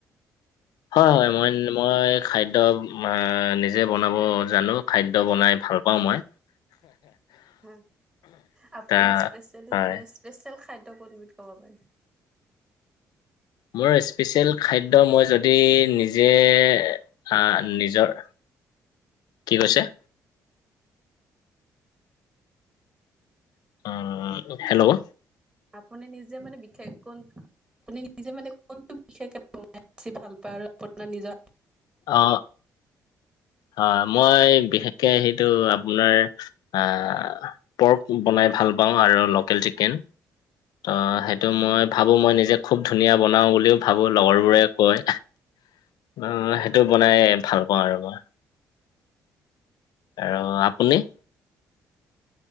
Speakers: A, on the left (about 75°); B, on the right (about 15°).
A: হয় হয় মই মই খাদ্য নিজে বনাব জানো খাদ্য বনাই ভাল পা। ভাল পাওঁ মই,
B: হয় আপোনাৰ
A: তাৰ
B: স্পেচিয়েলি
A: মই হয়।
B: মানে স্পেচিয়েল খাদ্য কোনবিধ ক'ব পাৰি।
A: মোৰ স্পেচিয়েল খাদ্য মই যদি নিজে। এ হা আহ নিজৰ কি কৈছে। উম হেল্ল'
B: আপুনি নিজে মানে বিশেষ কৈ। আপুনি নিজে মানে কোনটো বিশেষকে বনাই বেছি ভাল পায় আৰু আপোনাৰ নিজৰ।
A: অ। অ মই বিশেষকে সেইটো আপোনাৰ। আ পৰ্ক বনাই ভাল পাওঁ আৰু লোকেল চিকেন। ত সেইটো মই ভাবো মই নিজে খুব ধুনীয়া বনাওঁ বুলিও ভাবো লগৰবোৰে কয়। অ সেইটো বনাই ভাল পাওঁ আৰু মই। আৰু
B: হয় হয়
A: আপুনি।